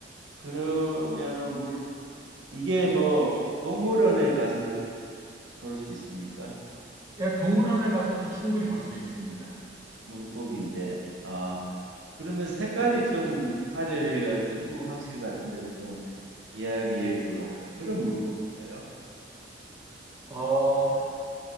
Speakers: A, on the right (about 85°); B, on the right (about 15°).
A: 그러면은 물 이게 뭐 동물원에 가서 볼 수 있습니까?
B: 예, 동물원에 가서도 충분히 볼 수 있습니다.
A: 물고기인데 아 그러면 색깔이 좀 화려해가 중국 황실 같은 데서 좀 귀하게 여기고 하는 그런 물고기인가요?
B: 어,